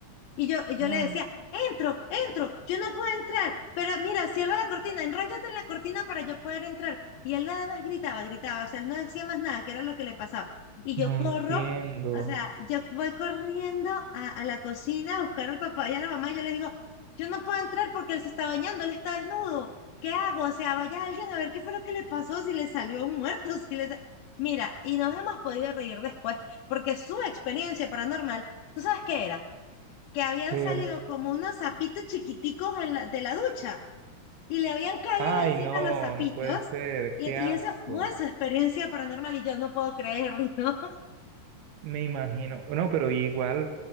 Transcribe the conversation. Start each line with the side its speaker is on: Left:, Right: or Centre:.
Left: y yo, y yo
Right: Ah.
Left: le decía, entro, entro, yo no puedo entrar, pero mira, cierra la cortina, enróllate en la cortina para yo poder entrar. Y él nada más gritaba, gritaba, o sea, él no decía más nada, que era lo que le pasaba. Y
Right: No
Left: yo corro,
Right: entiendo.
Left: o sea, yo voy corriendo a, a la cocina a buscar al papá y a la mamá y yo les digo, yo no puedo entrar porque él se está bañando, él está desnudo, ¿qué hago? O sea, vaya alguien a ver qué fue lo que le pasó, si le salió un muerto, si le... sa- Mira, y nos hemos podido reír después, porque su experiencia paranormal, ¿tú sabes qué era? que habían
Right: ¿Qué
Left: salido
Right: era?
Left: como unos sapitos chiquiticos en la- de la ducha y le habían caído
Right: Ay,
Left: encima
Right: no,
Left: los sapitos.
Right: no puede ser,
Left: Y,
Right: qué
Left: y
Right: asco.
Left: esa fue su experiencia paranormal y yo no puedo creerlo. <laughs>
Right: Me imagino. No, pero igual,